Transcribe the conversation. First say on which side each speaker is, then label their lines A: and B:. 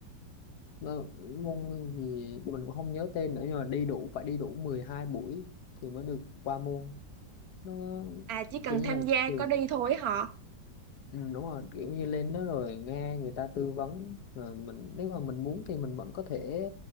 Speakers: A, on the left; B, on the right.
A: nó, môn gì mình cũng không nhớ tên nữa nhưng mà đi đủ phải đi đủ 12 buổi thì mới được qua môn nó
B: à chỉ cần
A: kiểu như
B: tham
A: là
B: gia
A: trường
B: có đi thôi họ
A: Ừ, đúng rồi kiểu như lên đó rồi nghe người ta tư vấn rồi mình nếu mà mình muốn thì mình vẫn có thể